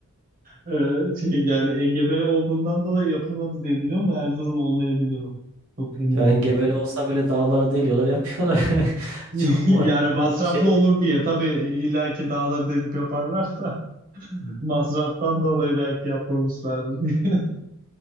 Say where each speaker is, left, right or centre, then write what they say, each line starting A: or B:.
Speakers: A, on the right; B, on the right.
A: ee, şey yani engebeli olduğundan dolayı yapılmadı diye biliyorum da Erzurum olmayabilir o. Çok emin
B: Ya
A: olmadım.
B: engebeli olsa bile dağları deliyorlar yapıyorlar.
A: <laughs>
B: <laughs> Çok mu
A: Yani masraflı
B: şey
A: olur
B: bir-
A: diye tabii illaki dağları delip yaparlar da <laughs> masraftan dolayı belki yapmamışlardır. <laughs>